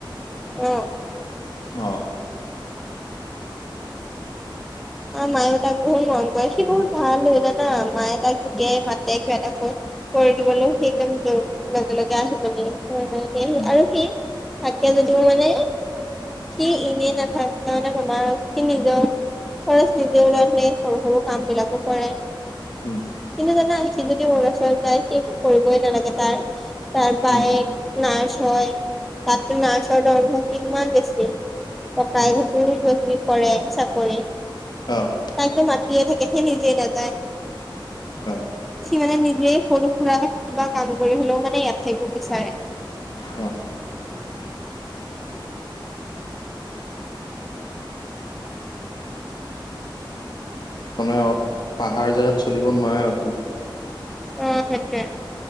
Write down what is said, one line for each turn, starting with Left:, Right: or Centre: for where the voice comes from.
Centre: অ',
Left: অ',
Centre: অ', মায়েও তাক বহুত মৰম কৰে, সি বহুত ভাল হয় জানা মায়ে তাক যেতিয়াই মাতে কিবা এটা <unintelligible> কৰি দিবলৈ সি একদম দৌ লগে লগে আহি মানে <unintelligible>
Left: উম
Centre: আৰু সি থাকে যদিও মানে সি এনেই নাথাকে ত' <unintelligible> সি নিজৰ খৰচ নিজে ওলাই পেনি সৰু সৰু কাম বিলাকো কৰে।
Left: উম,
Centre: কিন্তু জানা সি যদি অৰুণাচল যায়, সি কৰিবই নালাগে তাৰ তাৰ বায়েক
Left: উম
Centre: নাৰ্ছ হৈ তাততো নাৰ্ছ হোৱাৰ দৰমহা কিমান বেছি। ককায়েক
Left: উম
Centre: হঁতেও কিবা কিবি কৰে চাকৰি
Left: অ',
Centre: তাকটো মাতিয়ে থাকে সি নিজে নাযায়,
Left: অ
Centre: সি মানে নিজে সৰু সুৰা কিবা কাম কৰি হলেও মানে ইয়াত থাকিব বিচাৰে
Left: অ', তাৰমানে অ', পাহাৰ জেগাত চলিব নোৱাৰে আৰু সি।
Centre: অ', সেইটোয়ে